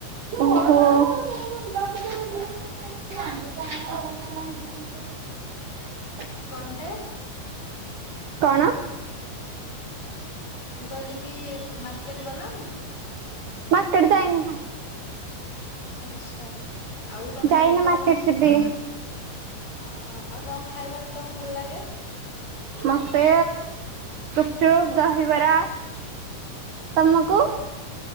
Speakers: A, on the right; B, on the left.
A: ଓହୋ। <unintelligible>
B: କଣ୍ଟେ?
A: କଣ?
B: ମୁଁ କହିଲିକି ମାର୍କେଟ ଗଲଣି?
A: ମାର୍କେଟ ଯାଇନିଁ।
B: ଆଚ୍ଛା। ଆଉ ତମେ
A: ଯାଇନି
B: କଣ
A: ମାର୍କେଟ ଯିବି।
B: ହଁ ହଁ ଆଉ କଣ ଖାଇବାକୁ ତମକୁ ଭଲ ଲାଗେ?
A: ମତେ ଗୁପଚୁପ୍ ଦହିବରା ତମକୁ?